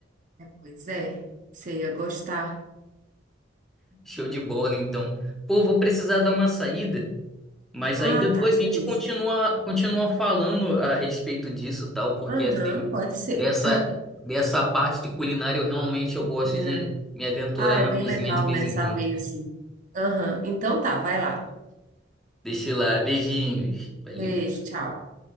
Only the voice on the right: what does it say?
Pois é, você ia gostar.
Ah,
tá, beleza.
Aham,
pode ser.
<laughs>
Ah,
é bem
legal,
né?
Saber
assim. Aham. Então tá, vai lá.
Beijo, tchau.